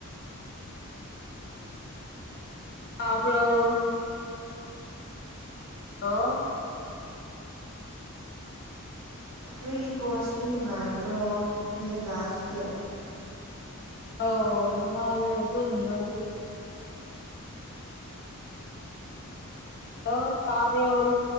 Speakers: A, on the left; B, on the right.
A: ꯇꯥꯕ꯭ꯔꯣ ꯍꯜꯂꯣ
B: ꯅꯣꯏꯒꯤ ꯀꯣꯔꯁꯇꯤ ꯅꯨꯡꯉꯥꯏꯕ꯭ꯔꯣ ꯅꯣꯏ ꯀ꯭ꯂꯥꯁꯇꯤ
A: ꯑꯧ ꯅꯨꯡꯉꯥꯏꯌꯦ ꯑꯗꯨꯝ ꯅꯣꯏꯗꯤ ꯑꯣ ꯇꯥꯕ꯭ꯔꯣ